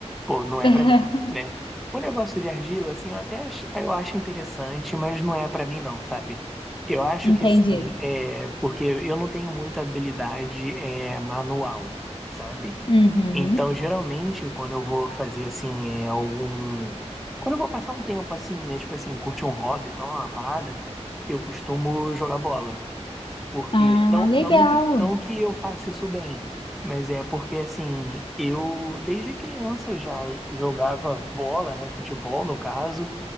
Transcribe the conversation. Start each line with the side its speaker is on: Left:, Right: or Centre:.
Centre: pô, não é
Left: <laughs>
Centre: pra mim, né? O negócio de argila, assim, eu até ach- eu acho interessante, mas não é pra mim não, sabe? Eu acho
Left: Entendi.
Centre: que assim, é porque eu não tenho muita habilidade é, manual, sabe?
Left: Uhum.
Centre: Então, geralmente, quando eu vou fazer assim, é algum. Quando eu vou passar um tempo assim, né? Tipo assim, curtir um hobby, tal, uma parada, eu costumo jogar bola. Porque
Left: Ah,
Centre: não,
Left: legal.
Centre: não que, não que eu faça isso bem, mas é porque assim, eu desde criança já jogava bola, né, futebol no caso,